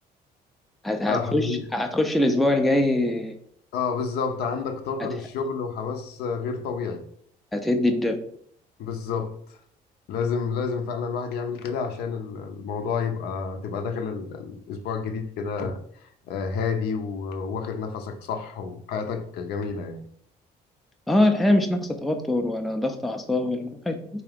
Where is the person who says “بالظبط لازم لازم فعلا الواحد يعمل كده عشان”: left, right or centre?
Left